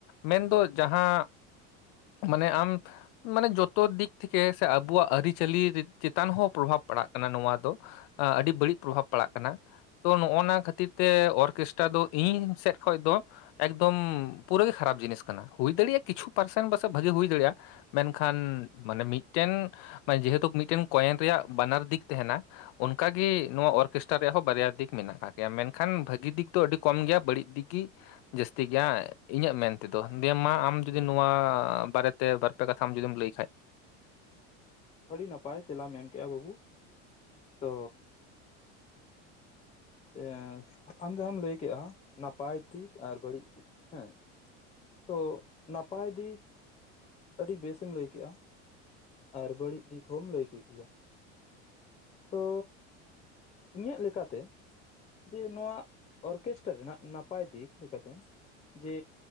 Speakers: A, on the left; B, on the left.
A: ᱢᱮᱱᱫᱚ ᱡᱟᱦᱟᱸᱼᱼ ᱢᱟᱱᱮ ᱟᱢ ᱢᱟᱱᱮ ᱡᱚᱛᱚ ᱫᱤᱠ ᱛᱷᱮᱠᱮ ᱥᱮ ᱟᱵᱩᱣᱟᱜ ᱟᱹᱨᱤᱪᱟᱹᱞᱤ ᱪᱮᱛᱟᱱ ᱦᱚᱸ ᱯᱨᱚᱵᱷᱟᱵᱽ ᱯᱟᱲᱟᱜ ᱠᱟᱱᱟ ᱱᱚᱣᱟ ᱫᱚ ᱟᱹᱰᱤ ᱵᱟᱹᱲᱤᱡ ᱯᱨᱚᱵᱷᱟᱵᱽ ᱯᱟᱲᱟᱜ ᱠᱟᱱᱟ ᱾ ᱛᱚ ᱱᱚᱜᱼᱟ ᱱᱚᱣᱟ ᱠᱷᱟᱹᱛᱤᱨ ᱛᱮ ᱚᱨᱠᱮᱥᱴᱨᱟ ᱫᱚ ᱤᱧ ᱥᱮᱫ ᱠᱷᱚᱡ ᱫᱚᱼᱼ ᱮᱠᱫᱚᱢ ᱯᱩᱨᱟᱹᱜᱮ ᱠᱷᱟᱨᱟᱯ ᱡᱤᱱᱤᱥ ᱠᱟᱱᱟ ᱦᱩᱭ ᱫᱟᱲᱮᱭᱟᱜᱼᱟ ᱠᱤᱪᱷᱩ ᱯᱟᱨᱥᱮᱱ ᱯᱟᱥᱮᱡ ᱵᱷᱟᱜᱤ ᱦᱩᱭ ᱫᱟᱲᱮᱭᱟᱜᱼᱟ᱾ ᱢᱮᱱᱠᱷᱟᱱ ᱢᱟᱱᱮ ᱢᱤᱫᱴᱮᱱ ᱡᱮᱦᱮᱛᱩ ᱢᱤᱫᱴᱮᱱ ᱠᱚᱭᱮᱱ ᱨᱮᱭᱟᱜ ᱵᱟᱱᱟᱨ ᱫᱤᱠ ᱛᱟᱦᱮᱱᱟᱼᱼ ᱚᱱᱠᱟ ᱜᱮ ᱱᱚᱣᱟ ᱚᱨᱠᱮᱥᱴᱟᱨ ᱨᱮᱭᱟᱜ ᱦᱚᱸ ᱵᱟᱨᱭᱟ ᱫᱤᱠᱼᱼ ᱢᱮᱱᱟᱜ ᱠᱮᱭᱟ ᱢᱮᱱ ᱠᱷᱟᱱ ᱵᱷᱟᱹᱜᱤ ᱫᱤᱠ ᱫᱚ ᱟᱹᱰᱤ ᱠᱚᱢ ᱜᱮᱭᱟ ᱵᱟᱹᱲᱤᱡ ᱫᱤᱠ ᱜᱮᱼᱼ ᱡᱟᱹᱥᱛᱤ ᱜᱮᱭᱟ ᱤᱧᱟᱹᱜ ᱢᱮᱱ ᱛᱮᱫᱚ ᱫᱤᱭᱮ ᱢᱟ ᱟᱢ ᱡᱩᱫᱤ ᱱᱚᱣᱟ ᱵᱟᱨᱮᱛᱮ ᱵᱟᱨ ᱯᱮ ᱠᱟᱛᱷᱟ ᱟᱢ ᱡᱩᱫᱤᱢ ᱞᱟᱹᱭ ᱠᱷᱟᱱ
B: ᱟᱹᱰᱤ ᱱᱟᱯᱟᱭ ᱛᱮᱞᱟᱢ ᱮᱢ ᱠᱮᱜᱼᱟ ᱵᱟᱹᱵᱩ ᱛᱚᱼᱼ ᱮᱸ ᱟᱢ ᱡᱟᱦᱟᱸᱢ ᱞᱟᱹᱭ ᱠᱮᱜᱼᱟ ᱱᱟᱯᱟᱭ ᱫᱤᱠ ᱟᱨ ᱵᱟᱹᱲᱤᱡ ᱫᱤᱠ ᱦᱮᱸᱼᱼ ᱛᱚ ᱱᱟᱯᱟᱭ ᱫᱤᱠᱼᱼ ᱟᱹᱰᱤ ᱵᱮᱥᱮᱢ ᱞᱟᱹᱭ ᱠᱮᱜᱼᱟ ᱟᱨ ᱵᱟᱹᱲᱤᱡ ᱫᱤᱠ ᱦᱚᱢ ᱞᱟᱹᱭ ᱠᱮᱜ ᱜᱤᱭᱟ ᱛᱚ ᱤᱧᱟᱹᱜ ᱞᱮᱠᱟ ᱛᱮᱼᱼ ᱡᱮ ᱱᱚᱣᱟ ᱚᱨᱠᱮᱥᱴᱟᱨ ᱨᱮᱱᱟᱜ ᱱᱟᱯᱟᱭ ᱫᱤᱠ ᱞᱮᱠᱟᱛᱮᱼᱼ ᱡᱮ